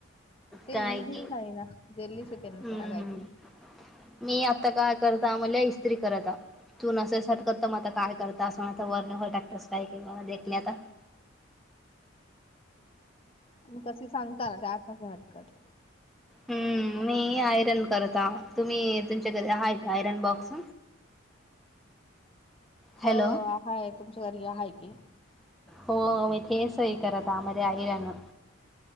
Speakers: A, on the left; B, in the centre.
A: ते
B: काय
A: इझीच
B: की
A: आहेना. जल्लीच होते
B: हम्म
A: ना आगायच.
B: मी आता का करता म्हणले इस्त्री करत. तू नसेल सटकत मगं आता काय करतासा तर वरन बोलतात तसं. काय केलं. देखले आता,
A: म कसे सांगता ना त्या आतसे हटकत.
B: हम्म, मी आयरन करता. आ तुम्ही तुमच्याकडे आहय का आयरन बॉक्स? हॅलो
A: हो, हाय तुमच्या घरी आहेय की.
B: हो मी तेे सई करत आमध्ये आयरन.